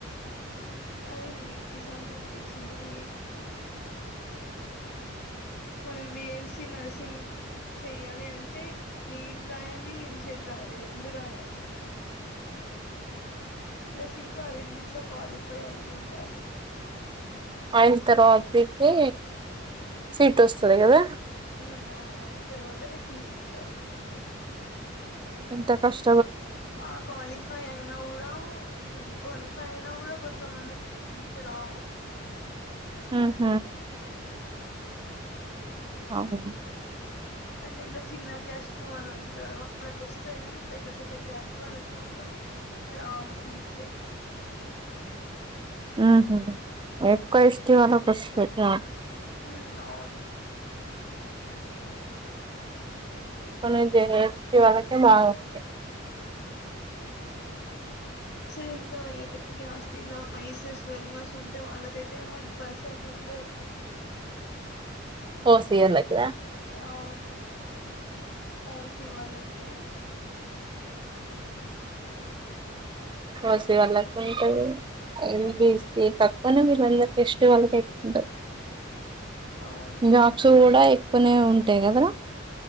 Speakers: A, on the left; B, on the right.
A: అది నీట్కి సంబంధించింది నీ మనం <unintelligible> సి నర్సింగ్ చెయ్యాలి అంటే నీట్ రాయాలి ఎంసెట్ రాయాలి రెండూ రాయాలి ప్లస్ ఇంకా రెండిట్లో క్వాలిఫై అయ్యి ఉండాలి
B: ఆయిన తర్వాతైతే సీట్ వస్తది కదా
A: హ్మ్ అవును అయిన తర్వాతనే సీటిస్తారు
B: ఎంత కష్
A: ఆ క్వాలిఫై అయినా కూడా హ్మ్ క్వాలిఫై కైనా కూడా కొంతమందికి సీట్లు రావు
B: ఊహూ అవును
A: అంటే ఇట్లా చిన్న క్యాస్ట్ వాళ్ళు ఉంటరు. వాళ్ళకి వస్తాయి కాని పెద్ద పెద్ద క్యాస్ట్ వాళ్ళకి మాత్రం రావు సీట్స్ ఎక్కువ
B: ఊహూ ఎక్కువ ఎస్టీ వాళ్ళకి వస్తాయి జాబ్స్
A: హ్మ్ అవును
B: మరైతే ఎస్టీ వాళ్ళకి బా వస్తయి
A: లు ఇంకా ఆస్ట్రే <unintelligible> ట్వల్వ్ మంత్స్ ఉంటే వాళ్ళకైతే వన్ పర్సెంట్ ఉంటది.
B: ఓ స లేగగా <unintelligible>
A: ఆ! ఓసి. వాల్లకి
B: ఓసీ వాళ్ళకు ఉంటది. బి సి తక్కువనే వీళ్ళందరికి యస్. టి వాళ్ళకి ఎక్కువ ఉంటాది.
A: అవును
B: నాస వడా <unintelligible> కొనే ఉంటాయి కదరా?